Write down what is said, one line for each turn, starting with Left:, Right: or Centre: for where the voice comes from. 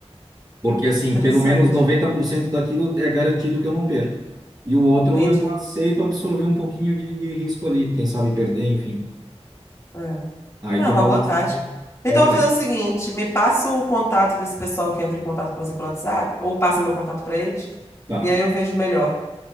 Right: Porque, assim,
Left: interessante.
Right: pelo menos 90% daquilo é garantido que eu não perco. E o outro
Left: Entendi.
Right: eu aceito absorver um pouquinho de, de risco ali, quem sabe perder, enfim.
Left: É,
Right: Aí
Left: é
Right: tu
Left: uma
Right: balança.
Left: boa tática. Então,
Right: É,
Left: eu
Right: daí-
Left: vou fazer o seguinte: me passa o contato desse pessoal que entra em contato com você pelo WhatsApp, ou passa meu contato para eles,
Right: tá.
Left: e aí eu vejo melhor.